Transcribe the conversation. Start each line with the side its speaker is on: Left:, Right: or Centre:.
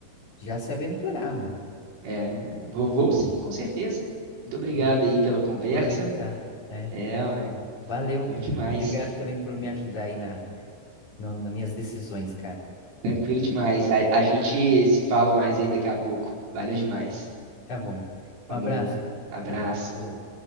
Left: já se aventurar, meu,
Right: É, vou, vou sim, com certeza. Muito obrigado
Left: né?
Right: aí pela conversa.
Left: Aproveitar, é.
Right: É, ué,
Left: Valeu.
Right: bom demais.
Left: Obrigado também por me ajudar aí na, na, nas minhas decisões, cara.
Right: Tranquilo demais. A, a gente se fala mais aí daqui a pouco. Valeu demais.
Left: Tá bom.
Right: Falou.
Left: Um abraço.
Right: Abraço.
Left: Falou.